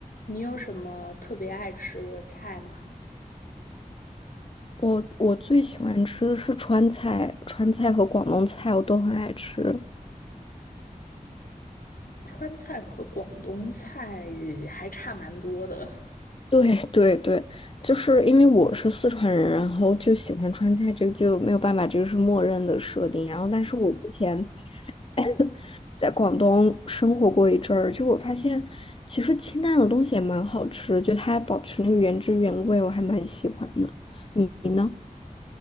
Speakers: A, on the left; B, on the left.
A: 你有什么特别爱吃的菜吗？
B: 我我最喜欢吃的是川菜，川菜和广东菜我都很爱吃。
A: 川菜和广东菜还差蛮多的。
B: 对 <laughs> 对对，就是因为我是四川人，然后就喜欢川菜，这个就没有办法，这个是默认的设定。然后，但是我之前 <coughs> 在广东生活过一阵儿，就我发现其实清淡的东西也蛮好吃的就它保持那个原汁原味，我还蛮喜欢的。你你呢？